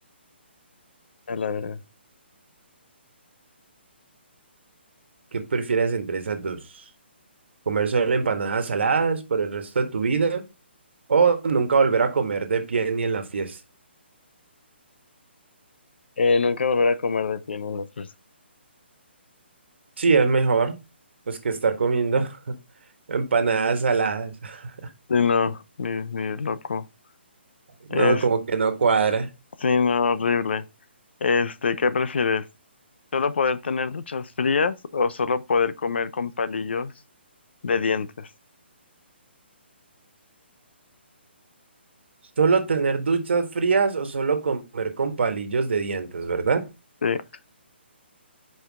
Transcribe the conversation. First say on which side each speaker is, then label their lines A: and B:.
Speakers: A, on the left; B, on the right.
A: A la verga.
B: ¿Qué prefieres entre esas dos? ¿Comer solo empanadas saladas por el resto de tu vida o nunca volver a comer de pie ni en la fiesta?
A: Eh, nunca volver a comer de pie en las fiestas.
B: Sí, es mejor pues que estar comiendo <laughs> empanadas saladas. <laughs>
A: Sí, no, ni, ni loco.
B: No,
A: Es,
B: como que no cuadra.
A: sí, no, horrible. Este, ¿qué prefieres? ¿Solo poder tener duchas frías o solo poder comer con palillos de dientes?
B: Solo tener duchas frías o solo comer con palillos de dientes, ¿verdad?
A: Sí, <sighs>